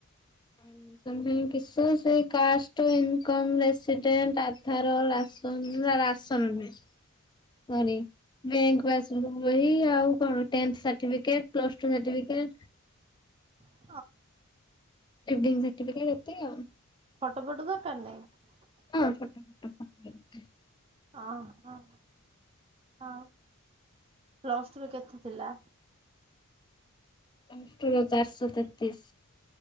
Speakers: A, on the left; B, on the right.
A: ଆଡ଼ମିଶନ ପାଇଁ କିସ ସେଇ କାଷ୍ଟ, ଇନ୍କମ୍, ରେଶିଡେନ୍ଟ, ଆଧାର <unintelligible> ବ୍ୟଙ୍କ ପାସ ବହି ଆଉ କଣ ତେନେଥେ ସାଠୀପିକେଟେ ପ୍ଲତୁ ସାଠିପିକେଟେ।
B: ହ
A: ଏଡିଗ୍ ସଟିଫିକେଟ ଏତେ ଆଉ।
B: ଫୋଟୋ ଫଟୋ ଦରକାର ନାହିଁ।
A: ହଁ ଫଟା ଫଟା <inaudible>
B: ହିଁ ହଁ ହଁ। ପ୍ଲସ ଟୁ ର କେତେ ଥିଲା।
A: ପ୍ଲଷ୍ଟୁର ଚାରିଶ ତେତିଶ।